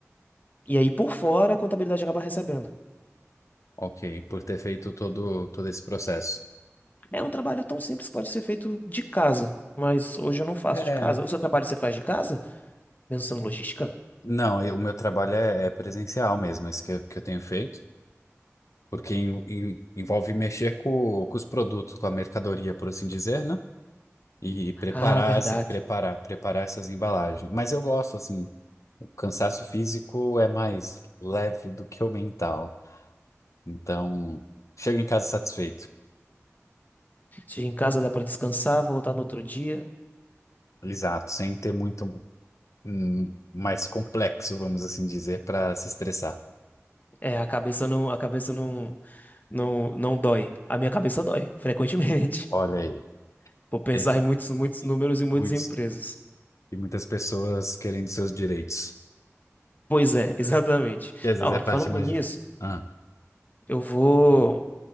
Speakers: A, on the left; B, on the left.
A: E aí, por fora, a contabilidade acaba recebendo.
B: Ok, por ter feito todo, todo esse processo.
A: É um trabalho tão simples que pode ser feito de casa. Mas hoje eu não faço
B: É,
A: de casa. O seu trabalho você faz de casa? Mesmo sendo logística?
B: não, eu- o meu trabalho é, é presencial mesmo, esse que eu, que eu tenho feito, porque em- em- envolve mexer com, com os produtos, com a mercadoria, por assim dizer, né? E preparar,
A: Ah, verdade.
B: as- preparar, preparar essas embalagens. Mas eu gosto, assim, o cansaço físico é mais leve do que o mental. Então, chega em casa satisfeito.
A: Chega em casa, dá para descansar, voltar no outro dia.
B: Exato, sem ter muito hum, mais complexo, vamos assim dizer, para se estressar.
A: É, a cabeça não, a cabeça não, Não, não dói. A minha cabeça dói, frequentemente.
B: Olha aí,
A: <laughs> Por pensar
B: esse,
A: em muitos, muitos
B: e
A: números e muitas
B: muitos,
A: empresas.
B: e muitas pessoas querendo seus direitos,
A: Pois é, <laughs> exatamente.
B: que às
A: Ah,
B: vezes é
A: ó,
B: a parte
A: falando
B: mais
A: nisso,
B: difícil. Ah,
A: eu vou,